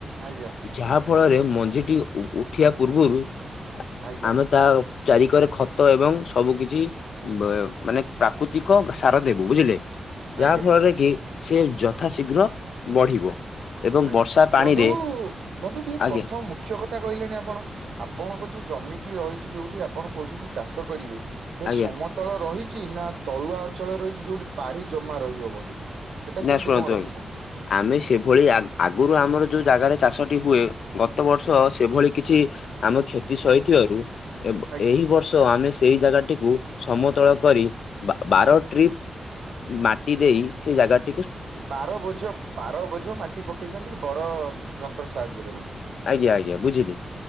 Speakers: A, on the right (about 75°); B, on the left (about 70°).
A: ଆଜ୍ଞା
B: ଯାହା ଫଳରେ ମଞ୍ଜିଟି ଉ ଉଠିବା ପୂର୍ବରୁ
A: ଆଜ୍ଞା
B: ଆମେ ତା ଚାରିିକରେ ଖତ ଏବଂ ସବୁ କିଛି ବା ମାନେ ପ୍ରାକୃତିକ ସାର ଦେବୁ ବୁଝିଲେ। ଯାହା
A: ଆଜ୍ଞା
B: ଫଳରେ କି ସେ ଯଥା ଶୀଘ୍ର ବଢିବ ଏବଂ
A: ଆଜ୍ଞା
B: ବର୍ଷା ପାଣିରେ
A: ବନ୍ଧୁ ବନ୍ଧୁ ଟିକେ
B: ଆଜ୍ଞା
A: ପ୍ରଥମ ମୁଖ ମୁଖ୍ୟ କଥା କହିଲେନି ଆପଣ ଆପଣଙ୍କ ଯୋଉ ଜମିଟି ରହିଛି ଯୋଉଠି ଆପଣ କହୁଚନ୍ତି ଚାଷ କରିବେ। ଖାଲି
B: ଆଜ୍ଞା
A: ସମତଳ ରହିଛି। ନା ତଳୁଆ ଅଞ୍ଚଳର ରହିଛି ଯୋଉଠି ପାଢି ଜମା ରହିବ ବନ୍ଧୁ। ସେଟା
B: ନା
A: କେମିତି
B: ଶୁଣନ୍ତୁ
A: କଣ ରଖିଛନ୍ତି
B: ଆଜ୍ଞା ଆମେ ସେଭଳି ଆଗ ଆଗରୁ ଆମର ଯୋଉ ଜାଗାରେ ଚାଷଟି ହୁଏ ଗତ ବର୍ଷ ସେଭଳି କିଛି ଆମ କ୍ଷତି ସହିଥିବାରୁ ଏବ
A: ଆଜ୍ଞା।
B: ଏହିଇ ବର୍ଷ ଆମେ ସେଇ ଜାଗାଟି କୁ ସମତଳ କରି ବାର ଟ୍ରିପ୍ ମାଟି ଦେଇ ସେ ଜାଗାଟି
A: ବାର ବୋଝ ବାର ବୋଝ ମାଟି ପକେଇଚନ୍ତି ବଡ ଯନ୍ତ୍ର ସାହାଯ୍ୟରେ ବନ୍ଧୁ।
B: ଆଜ୍ଞା ଆଜ୍ଞା ବୁଝିଲି।